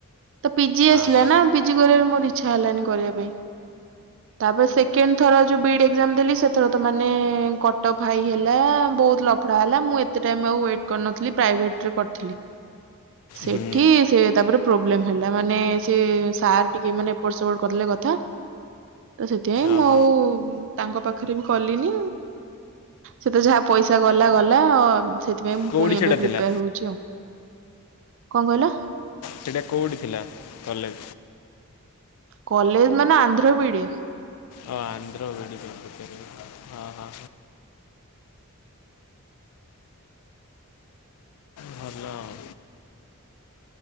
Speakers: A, on the right (about 55°); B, on the left (about 80°).
A: ତ ପିଜି ଆସିଲା
B: ଅହ
A: ନା ପିଜି କରିବାରେ ମୋର ଇଚ୍ଛା ହେଲାନି କରିବା ପାଇଁ। ତାପରେ ସେକେଣ୍ଡ ଥର ଯଉ ବି ଇ ଡି ଏଜ୍ଜାମ୍ ଦେଲି ସେଥର ତ ମାନେ କଟଫାଇ ହେଲା ବହୁତ ଲଫଡ଼ା ହେଲା ମୁଁ ଏତେ ଟାଇମ୍ ଆଉ ୱେଟ୍ କରିନଥିଲି ପ୍ରାଇଭେଟ୍ ଟ୍ ରେ କରିଥିଲି। ସେଠି
B: ହୁଁ
A: ସେ ତାପରେ ପ୍ରୋବ୍ଲେ ହେଲା ମାନେ ସେ ସାର୍ ଟି ମାନେ ଏପଟ ସେପଟ କରିଦେଲେ କଥା ତ ସେଥିପାଇଁ
B: ଅହ
A: ମୁଁ ଆଉ ତାଙ୍କ ପାଖରେ ବି କଲିନି। ସେ ତ ଯାହା ପଇସା ଗଲା ଗଲା ସେଥିପାଇଁ ମୁଁ
B: କୋଉଠି
A: ପୁଣି
B: ସେଇଟା
A: ଏବେ ପ୍ରିପିୟାର
B: ଥିଲା
A: ହଉଛି ଆଉ। କଣ କହିଲ?
B: ସେଟା କୋଉଠି ଥିଲା କଲେଜ?
A: କଲେଜ ମାନେ ଆନ୍ଧ୍ର ବି ଇ ଡି।
B: ଓ ଆନ୍ଧ୍ର ବି ଇ ଡି। ଓ ହୋ। ଭଲ ଆଉ।